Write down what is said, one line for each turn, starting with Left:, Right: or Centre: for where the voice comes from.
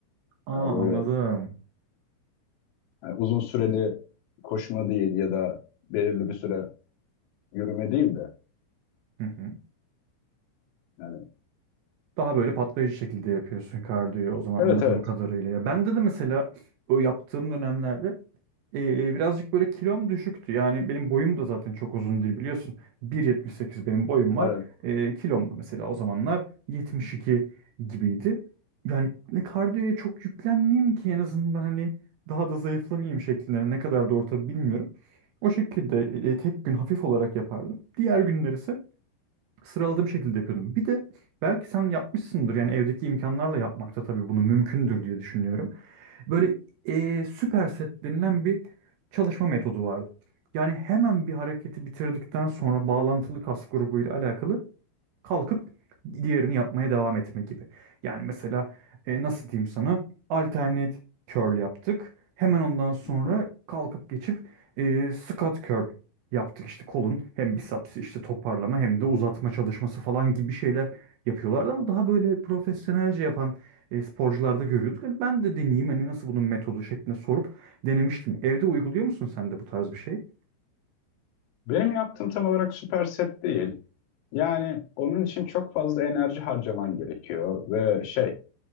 Right: Aa
Left: hani böyle
Right: anladım.
Left: hani uzun süreli koşma değil ya da belirli bir süre yürüme değil de
Right: Hı hı.
Left: yani
Right: Daha böyle patlayıcı şekilde yapıyorsun kardiyoyu o zaman
Left: evet
Right: anladığım
Left: evet
Right: kadarıyla. Ya ben de de mesela o yaptığım dönemlerde eee, birazcık böyle kilom düşüktü. Yani benim boyum da zaten çok uzun değil biliyorsun. 1.78 benim boyum var.
Left: evet.
Right: Eee kilom da mesela o zamanlar 72 gibiydi. Yani ne kardiyoya çok yüklenmeyeyim ki en azından hani daha da zayıflamayayım şeklinde. Ne kadar doğru tabii bilmiyorum. O şekilde eee, tek gün hafif olarak yapardım. Diğer günler ise sıraladığım şekilde yapıyordum. Bir de belki sen yapmışsındır yani evdeki imkanlarla yapmakta tabii bunu mümkündür diye düşünüyorum. Böyle eee süper set denilen bir çalışma metodu vardı. Yani hemen bir hareketi bitirdikten sonra bağlantılı kas grubuyla alakalı kalkıp diğerini yapmaya devam etme gibi. Yani mesela e, nasıl diyeyim sana? Alternate curl yaptık. Hemen ondan sonra
Left: Hı hı.
Right: kalkıp geçip e, squat curl yaptık. İşte kolun hem biceps işte toparlama hem de uzatma çalışması falan gibi şeyler yapıyorlardı ama daha böyle profesyonelce yapan e, sporcularda görüyorduk. Hani ben de deneyeyim hani nasıl bunun metodu şeklinde sorup denemiştim. Evde uyguluyor musun sen de bu tarz bir şey?
Left: Benim yaptığım tam olarak süper set değil. Yani onun için çok fazla enerji harcaman gerekiyor ve şey